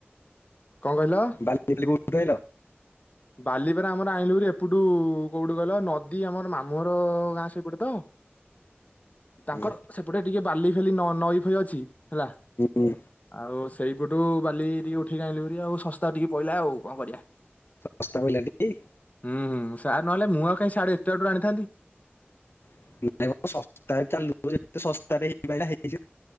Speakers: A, on the left; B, on the left.
A: କଣ କହିଲ?
B: ବାଲି ଫାଲି କୋଉଠୁ ଆଣିଲ?
A: ବାଲିପରା ଆମର ଆଣିଲୁ ଭାରି ଏପଟୁ କୋଉଠୁ କହିଲ ନଦୀ ଆମର ମାମୁଁ ଗାଁ ସେପଟେ ତ ତାଙ୍କର
B: ଉଁ,
A: ସେପଟେ ଟିକେ ବାଲି ଫାଲି ନହ ନଈ ଫଇ ଅଛି। ହେଲା,
B: ଉଁ,
A: ଆଉ ସେଇପଟୁ ବାଲି ଟିକେ ଉଠିକି ଆଣିଲି ଆଉ ଶସ୍ତା ଟିକେ ପଇଲା ଆଉ କଣ କରିବା।
B: ଶସ୍ତା ପଇଲା ଟି
A: ହୁଁ ହୁଁ ସାର୍ ନହେଲେ ମୁଁ ଆଉ କାହିଁ ସିଆଡୁ ଏତେ ବାଟରୁ ଆଣିଥାନ୍ତି।
B: <unintelligible>